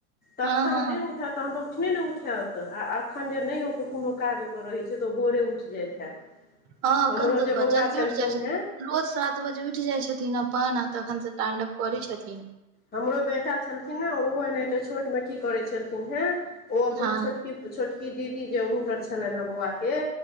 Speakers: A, on the left; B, on the right.
A: तखन
B: हँ हँ
A: नै उ उठत तहन तऽ उठने नइ उठत आ एखन जे नय ओकर कोनो काज ओकर रहैत छै तऽ ओ भोरे उठि जाइत हैत
B: हँ एखन
A: हमरो
B: तऽ
A: जे बौआ
B: जल्दी
A: छलखिन
B: उठि जाइ छथिन
A: हेँ
B: रोज सात बजे उठि जाइ छथिन अपन आ तखन सँ टाण्डव करै छथिन
A: हमरो बेटा छलखिन नऽ ओहो एनाहिते छोट मे की करे छलखिन हे ओ अपन
B: हँ
A: छोटकी ओ छोटकी दीदी जे हुनकर छलनि हे बौआ केँ